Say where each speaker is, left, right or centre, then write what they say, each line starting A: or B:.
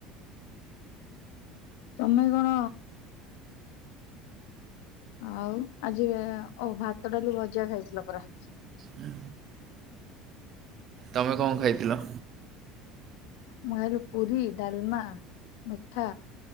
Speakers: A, on the left (about 80°); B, on the right (about 35°).
A: ତମେ କଣ ଆଉ ଆଜି ଓ ଭାତ ଡାଲି ଭଜା ଖାଇଥିଲ ପରା।
B: ହୁଁ ତମେ କଣ ଖାଇଥିଲ?
A: ମୁଁ <unintelligible> ପୁରୀ ଡାଲମା ମି ଠା